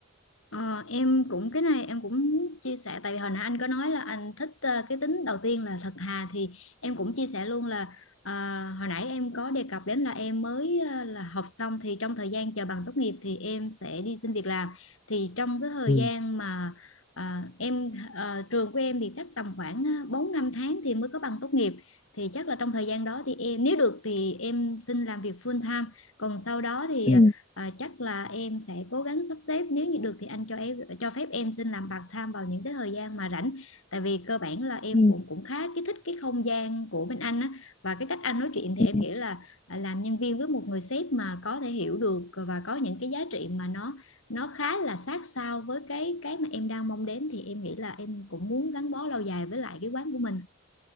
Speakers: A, on the left; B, on the left.
A: Ờ, em cũng cái này em cũng muốn chia sẻ tại vì hồi nãy anh có nói là anh thích ờ, cái tính đầu tiên là thật thà thì em cũng chia sẻ luôn là ờ, hồi nãy em có đề cập đến là em mới ờ, là học xong thì trong thời gian chờ bằng tốt nghiệp thì em sẽ đi xin việc làm thì trong cái thời
B: Ừ.
A: gian mà ờ, em ờ, trường của em thì chắc tầm khoảng ờ, 4 5 tháng thì mới có bằng tốt nghiệp thì chắc là trong thời gian đó thì em nếu được thì em xin làm việc full time còn sau đó thì
B: Ừ.
A: ờ, à, chắc là em sẽ cố gắng sắp xếp nếu như được thì anh cho em cho phép em xin làm part time vào những cái thời gian mà rảnh tại vì cơ bản là em
B: Ừ.
A: cũng cũng khá cái thích cái không gian của bên anh á và cái cách anh nói chuyện thì
B: ừ.
A: em nghĩ là à, làm nhân viên với một người sếp mà có thể hiểu được và có những cái giá trị mà nó nó khá là sát sao với cái cái mà em đang mong đến thì em nghĩ là em cũng muốn gắn bó lâu dài với lại cái quán của mình